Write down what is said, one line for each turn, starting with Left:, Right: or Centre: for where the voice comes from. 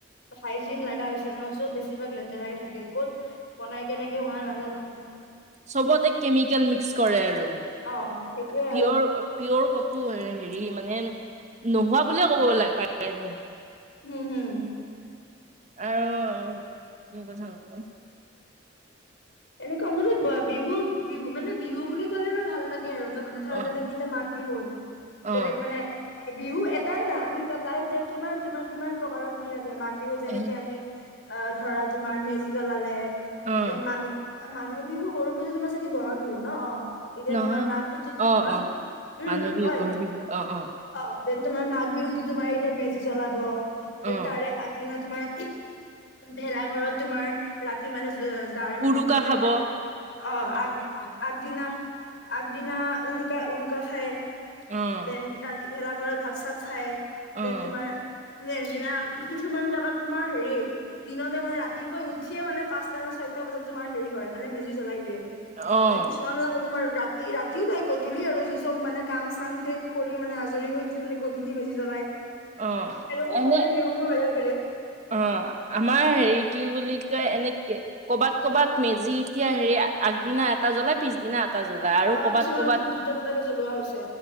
Left: হাইজিন লগা হৈছে ন', চব বেছিভাগ লেতেৰা থাকে। ক'ত বনাই, কেনেকে বনাই নাজানোঁ।
Right: চবতে কেমিকেল মিক্স কৰে আৰু। পিয়ৰ,
Left: অ সেইটোয়ে আৰু
Right: পিয়ৰ, ক'তো হেৰি মানে নোহোৱা বুলিয়ে ক'ব পাৰি আৰু।
Left: উম! উম!
Right: আৰু কি কথা ক
Left: এনেকুৱা মানে, বিহু বিহু মানে, বিহু বুলি ক'লে আৰু ভাল লাগে আৰু। মানে ধৰা,
Right: অ',
Left: যেনেক এতিয়া মাঘ বিহুত,
Right: অ',
Left: বেলেগ মানে বিহু এটাই না। আমি তাৰে ভিতৰত কিমান, তোমাৰ কিমান প্ৰকাৰৰ কি ৰা মাঘ বিহুত যেনেকে
Right: এ
Left: আমি, অ'! ধৰা, তোমাৰ মেজি জ্বলালে
Right: অ',
Left: মানুহ মানুহ বিহু, গৰু বিহু তোমাৰ চাগে বহাগ বিহুত ন'? অ'! এতিয়া
Right: নহয়
Left: তোমাৰ মাঘ বিহুটোত
Right: অ',
Left: হা!
Right: অ',
Left: উম!
Right: মানুহ বিহু,
Left: হয়।
Right: গৰু বিহু অ',
Left: অ'! দেন তোমাৰ মাঘ বিহুতো, তোমাৰ এতিয়া মেজি জ্বলাব, দেন
Right: অ',
Left: তাৰে আগদিনত তোমাৰ, ভেলাঘৰত তোমাৰ, ৰাতি মানে যাৰ মানে
Right: উৰুকা
Left: যোনে,
Right: খাব।
Left: ভেলা
Right: অ',
Left: অ'! আগ আগদিনা আগদিনা উৰুকা, উৰুকা খায়।
Right: অ',
Left: দেন ৰাতি ভেলাঘৰত ভাত চাত খায়।
Right: অ',
Left: দেন তোমাৰ <unintelligible> কিছুমান জেগাত তোমাৰ হেৰি দিনতে মানে, ৰাতিপুৱাই উঠিয়ে মানে পাঁচটা নে ছয় টান বজাত তোমাৰ হেৰি কৰে। মানে, মেজি জ্বলাই দিয়ে। কিন্তু,
Right: অ',
Left: কিছুমান তোমাৰ ৰাতি, ৰাতিও নহয়। গধূলি আৰু চব মানে, কাম চাম শেষ কৰি মানে, আজৰি হৈ। কিছুমানে গধূলি মেজি জ্বলাই। সেনেকো
Right: অ', এনে
Left: সকলৰে নিয়ম বোৰ বেলেগ বেলেগ।
Right: অ'! আমাৰ হেৰি, কি বুলি কয়! এনেকে ক'ৰবাত ক'ৰবাত মেজি, এতিয়া হেৰি আগদিনা এটা জ্বলাই। পিছদিনা তাৰ পিছত আৰু
Left: অ
Right: কৰ'বাত
Left: কিছুমানৰ
Right: কৰ'বাত
Left: দুটা দুটাকে জ্বলোৱা হৈছে